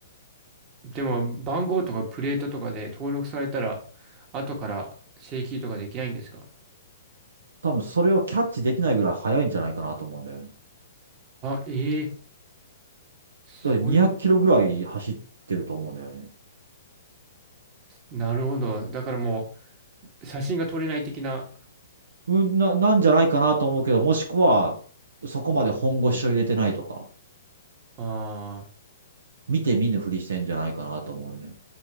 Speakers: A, on the right (about 25°); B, on the right (about 65°).
A: でも、番号とかプレートとかで登録されたら、後から請求とかできないんですか
B: 多分それをキャッチできないぐらい速いんじゃないかなと思うんだよね。
A: ば、ええそういうこと、
B: だって200キロぐらい走ってると思うんだよね。
A: なるほど。だからもう、写真が撮れない的な、
B: うん、な、なんじゃないかなと思うけど、もしくは、そこまで本腰を入れてないとか、
A: あ
B: 見て見ぬふりしてんじゃないかなと思うよね。